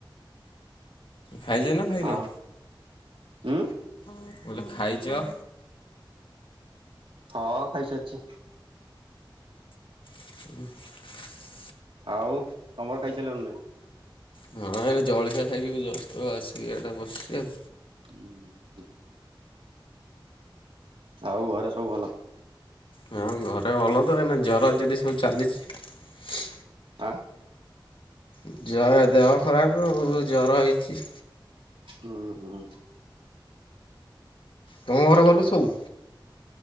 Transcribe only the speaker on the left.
ଖାଇଚ ନା ଖାଇନ?
<unintelligible> ଖାଇଚ?
ହ
ହଁ ଏଇ ଜଳଖିଆ ଖାଇକି ଜଷ୍ଟ୍ ଆସିକି <unintelligible> ବସିଛି ଆଉ।
ହଁ ଘରେ ଭଲ ତ ଏଇନେ ଜର <unintelligible> ସବୁ ଚାଲିଚି।
<unintelligible> ଦେହ ଖରାପ ହବ ଜର ହେଇଚି।
ତମ ଘରେ ଭଲ ସବୁ?